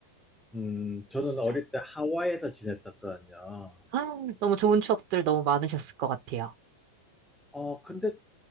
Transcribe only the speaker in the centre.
음, 저는
어릴 때 하와이에서 지냈었거든요.
어, 근데